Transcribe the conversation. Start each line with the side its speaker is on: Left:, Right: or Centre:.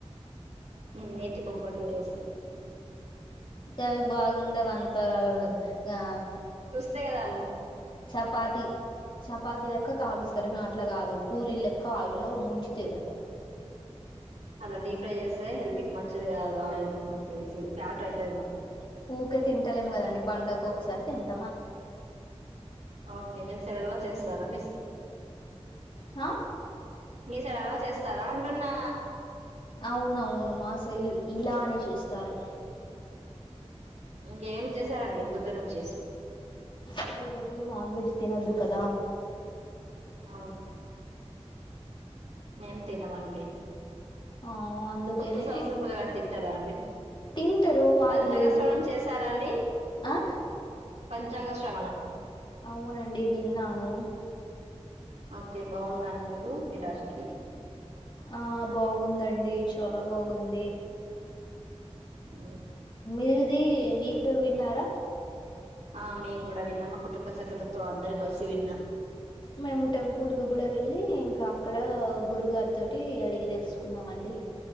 Right: నిన్నైయితే బొబ్బట్ వేస్త
Left: అవి బాగుండేవి అంతా ఆ
Right: చేయడం
Left: చపాతి చపాతి లెక్క కాలుస్తారు మేము అట్లా కాదు పూరీ లెక్క ఆయిలో ముంచి తిరుగుతాం
Right: అలా డీ ఫ్రై చేస్తే హెల్త్కి మంచిది ఆయిల్ మొత్తం తసి ఫ్యాట అవుతు మొత్తం
Left: ఊకే తింటలేం కదండి పండగ ఒకసారి తింట
Right: ఓకే నేను సర చేస్తా <inaudible>
Left: హా
Right: మీసారి అలా చేస్తారా అంటున్నా
Left: అవునవును మాసై ఇలానే చేస్తారు
Right: ఇంకేమి చేశారండి పొద్దు నుంచి
Left: సో ఈరోజు నాన్ వెజ్ తినద్దు క్కద
Right: అవును మేం తినమండి
Left: ఆ అందుకనే
Right: కొత్త సంవత్సరంలో ఏమైనా తింటారా అండి
Left: తింటరు
Right: పంచాంగ
Left: ఆంగ్లేయులు
Right: శ్రవణం చేసారా అండి
Left: ఆ
Right: పంచాంగ శ్రవణం
Left: అవునండి విన్నాను
Right: ఓకే బాగున్నాను మీకు మీ రాశికి
Left: ఆ బాగుందండి చాలా బాగుంది
Right: ఊ
Left: మీర్ ఇది మీరు విన్నారా
Right: ఆ మేము కూడా విన్నాము మా కుటుంబ సభ్యులతో అందరి కలిసి విన్నాం
Left: మేము టెంపుల్ కు కూడా వెళ్ళి ఇంకా అక్కడ గురువ్ గారి తోటి అడిగి తెలుసుకున్నామండి